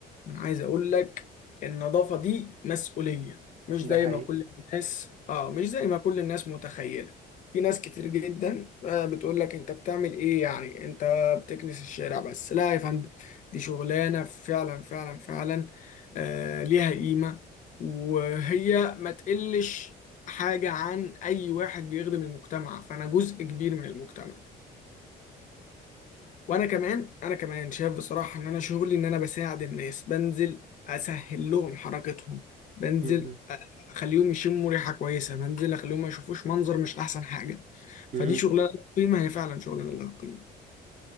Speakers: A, on the left; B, on the right.
A: انا عايز اقول لك النظافة دي مسؤولية مش
B: ده
A: زي
B: حقيقي
A: ما كل الناس اه مش زي ما كل الناس متخيلة في ناس كتير جدا آه بتقول لك انت بتعمل ايه يعني انت بتكنس الشارع بس لا يا فندم دي شغلانة فعلا فعلا فعلا آه ليها قيمة وهي ما تقلش حاجة عن اي واحد بيخدم المجتمع فانا جزء كبير من المجتمع وانا كمان انا كمان شايف بصراحه ان انا شغلي ان انا بساعد الناس بنزل اسهل لهم حركتهم بنزل
B: مهم.
A: أ- اخليهم يشموا ريحه كويسه بنزل اخليهم ما يشوفوش منظر مش احسن حاجه
B: مهم.
A: فدي شغلانه لها قيمه هي فعلا شغلانه لها قيمه